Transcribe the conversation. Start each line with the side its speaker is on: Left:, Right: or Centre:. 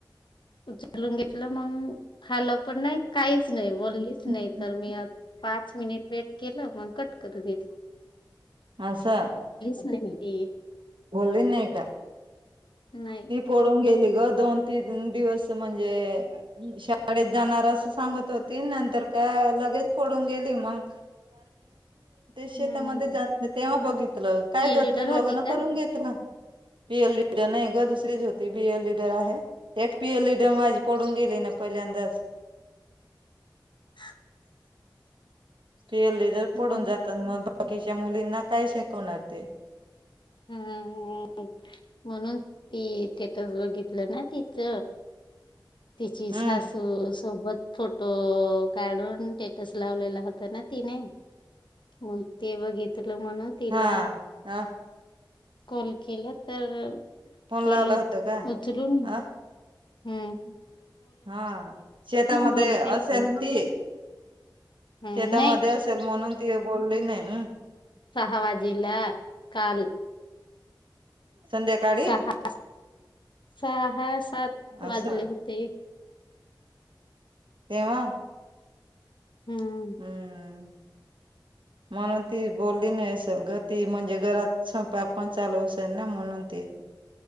Left: उचलून घेतलं मग हल पण नाही काहीच नाही बोललीच नाही
Right: ह
Left: तर मी पाच मिनिट वेट केलं मग कट करून घल <unintelligible>
Right: असं
Left: हो ते-
Right: बोलली नाही का
Left: नाही
Right: ती पडून गेली ग दोन तीन दिवस म्हणजे शाळेत जाणार अस सांगत होती नंतर लगेच फोडून गेली मग शेतामध्ये
Left: हम्म
Right: जात नाही तेव्हा बघितलं काय
Left: ती
Right: कर
Left: लिडर
Right: तू लो
Left: होती का
Right: ह पीएल डर नाही ग दुसरीच होती बीएल लीडर आहे एक पीएल डर माझी पडून गेली नाही पण पहिल्यांदाच
Left: <unintelligible>
Right: तू येल्ली तर
Left: हम्म
Right: पडून जातात मग बाकीच्या मुलींना काय शिकवणार ते
Left: हम्म म्हणून तीथटच बघितलं ना तिच. तिची
Right: हम्म
Left: सासू. सोबत फोटो काढून स्टेटस लावलेला होता ना तिने. मग ते बघितलं होत. म्हणून तिला
Right: हा ह
Left: कॉल केला तर.
Right: फोन
Left: कॉल
Right: लावला होता का
Left: उचलूनून
Right: अ
Left: हम्
Right: हा शेतामध्ये
Left: बोलतेच
Right: असेल
Left: नाही
Right: ती.
Left: हम्म
Right: शेतामध्ये
Left: नाही
Right: असेल म्हणून ती बोलली नाही.
Left: सहावाजला काल.
Right: संध्याकाळी
Left: सहा सहा सात वाजले
Right: असं
Left: होते.
Right: तेव्हा.
Left: हम्म
Right: हम्म
Left: <inaudible>
Right: म्हणून ती बोलली नाही असेल ग ती म्हणजे घरात स्वपाक पण चालू असेल ना म्हणून ती <inaudible>